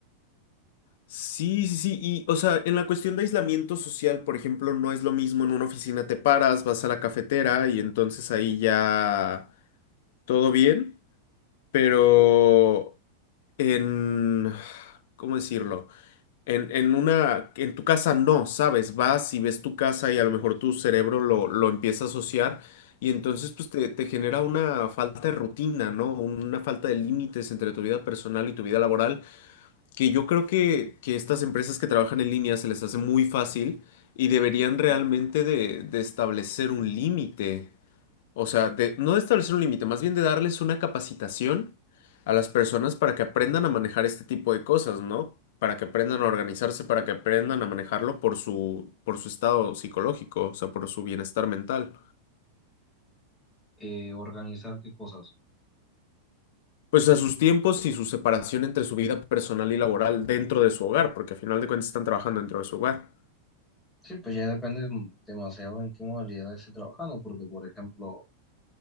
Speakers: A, on the left; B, in the centre.
A: Sí, sí, sí. Y, o sea, en la cuestión de aislamiento social, por ejemplo, no es lo mismo en una oficina te paras, vas a la cafetera y entonces ahí ya todo bien, pero en... ¿Cómo decirlo? En, en una, en tu casa no, ¿sabes? Vas y ves tu casa y a lo mejor tu cerebro lo, lo empieza a asociar y entonces pues te, te genera una falta de rutina, ¿no? Una falta de límites entre tu vida personal y tu vida laboral, que yo creo que, que estas empresas que trabajan en línea se les hace muy fácil y deberían realmente de, de establecer un límite. O sea, de no de establecer un límite, más bien de darles una capacitación a las personas para que aprendan a manejar este tipo de cosas, ¿no? Para que aprendan a organizarse, para que aprendan a manejarlo por su, por su estado psicológico, o sea, por su bienestar mental.
B: Eh, organizar qué cosas.
A: Pues a sus tiempos y su separación entre su vida personal y laboral dentro de su hogar, porque al final de cuentas están trabajando dentro de su hogar.
B: Sí, pues ya depende demasiado en qué modalidad esté trabajando, porque por ejemplo,